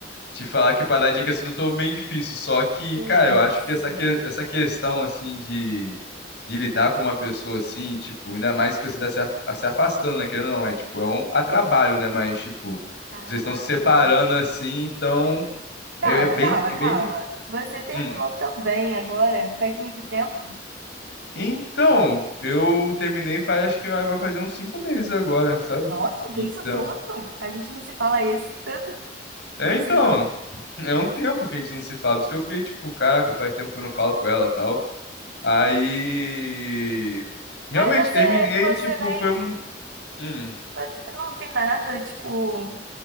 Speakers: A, on the left; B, on the right.
A: Te falar que para dar dicas tudo eu tô meio difícil, só que,
B: Que
A: cara,
B: isso?
A: eu acho que essa, que- essa questão, assim, de, de lidar com uma pessoa, assim, tipo, ainda mais que você tá se, af- se afastando, né, querendo ou não, é, tipo, é um a trabalho, né, mas, tipo,
B: Caraca.
A: vocês estão se separando, assim, então,
B: Calma,
A: é, é bem,
B: calma,
A: é
B: calma.
A: bem de...
B: Você terminou
A: Hum.
B: também agora? Faz muito tempo?
A: Então, eu terminei faz, acho que vai vai fazer uns cinco meses agora, sabe?
B: Nossa, tem
A: Então...
B: isso tudo? A gente não se fala isso tudo?
A: É,
B: Não é possível?
A: então, é um tempo que a gente não se fala, porque eu fiquei, tipo, caraca, faz tempo que eu não falo com ela, e tal. Aí. Realmente
B: Mas você,
A: terminei,
B: você
A: tipo,
B: nem,
A: foi um. hum,
B: você, eu não vi nada, tipo,